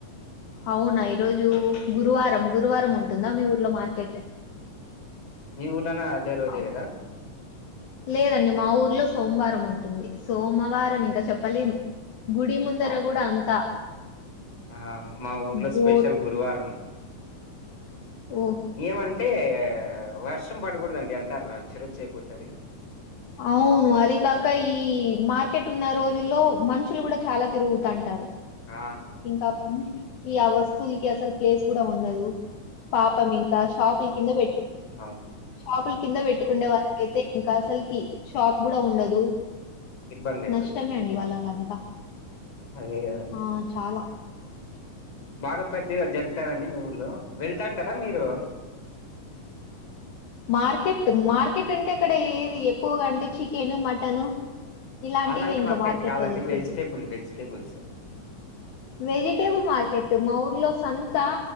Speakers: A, on the left; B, on the left.
A: అవునా ఈరోజు గురువారం గురువారం ఉంటుందా మీ ఊర్లో మార్కెట్
B: మీ ఊరనా అదే రోజే
A: ఆ,
B: కదా
A: లేదండి మా ఊర్లో సోమవారం ఉంటుంది సోమవారం ఇంకా చెప్పలేము గుడి ముందర
B: అవును
A: కూడా అంత
B: ఆ మా ఊర్లో
A: బోటు
B: స్పెషల్ గురువారం
A: ఓ
B: ఏమంటే వర్షం పడకూడదండి అంత రచ్చ రచ్చ అయిపోతుది
A: అవును అది కాక ఈ మార్కెట్ ఉన్న రోజుల్లో మనుషులు కూడా చాలా తిరుగుతంటారు
B: ఆ
A: ఇంకా మనిషులకి ఆ వస్తువులకి అసలు ప్లేస్ కూడా ఉండదు పాపం ఇంకా షాపుల కింద పెట్టి
B: అవును
A: షాపుల కింద పెట్టుకుండే వాళకైతే ఇంకా అసలుకి షాప్ కూడా ఉండదు
B: ఇబ్బంది అయిపోతది
A: నష్టమే అండి వాళ్ళకి అంతా.
B: అదే కదండి
A: ఆ చాలా.
B: బాగా పెద్దగా జరుగుత అండి మీ ఊళ్ళో. వెళ్తాంటారా మీరు.
A: మార్కెట్ మార్కెట్ అంటే అక్కడ ఏది ఎక్కువగా అంటే చికెన్ మటన్. ఇలాంటివే
B: అలాంటి
A: ఇంకా మార్కెట్
B: కాదండి
A: లో దొరికేది.
B: వెజిటేబుల్ వెజిటేబుల్స్
A: వెజిటేబుల్ మార్కెట్ మా ఊర్లో సంత.